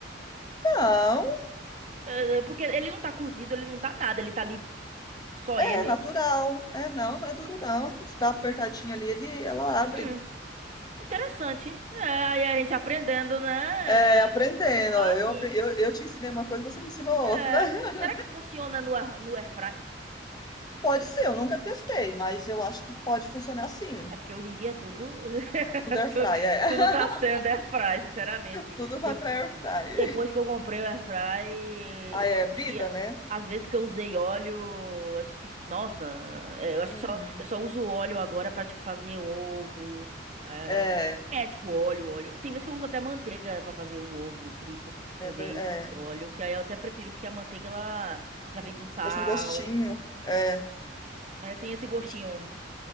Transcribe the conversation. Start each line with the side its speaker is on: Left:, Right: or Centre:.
Left: Não,
Right: É, é, porque ele não tá cozido, ele não tá nada, ele tá ali só
Left: é
Right: ele.
Left: natural. É, não, não é duro não. Se dá uma apertadinha ali, ele, ela abre.
Right: Hum, interessante. É, aí a gente aprendendo, né?
Left: É,
Right: É,
Left: aprendendo,
Right: Só
Left: ó, eu,
Right: assim.
Left: apre- eu, eu te ensinei uma coisa, você me ensinou
Right: É.
Left: outra. <laughs>
Right: Será que funciona no, ar- no airfry?
Left: Pode ser, eu nunca testei, mas eu acho que pode funcionar sim.
Right: É porque hoje em dia tudo, <laughs>
Left: Tudo air
Right: tu-
Left: fry, é. <laughs>
Right: tudo tá sendo airfry, sinceramente.
Left: Tudo vai
Right: De-
Left: pra air fry.
Right: Depois que eu comprei o airfry,
Left: Ah,
Right: eu
Left: é
Right: acho
Left: vida,
Right: que
Left: né?
Right: às vezes que eu usei óleo, acho que, nossa, é, eu acho
Left: Uhum.
Right: que só eu só uso óleo agora pra tipo fazer ovo, é,
Left: É,
Right: é, tipo óleo, óleo. Tem vezes que eu uso até manteiga pra fazer o ovo frito
Left: é,
Right: em
Left: ver-
Right: vez
Left: é,
Right: de óleo, que aí eu até prefiro porque a manteiga ela já vem com sal,
Left: deixa um gostinho. É,
Right: é, tem esse gostinho
Left: deixa-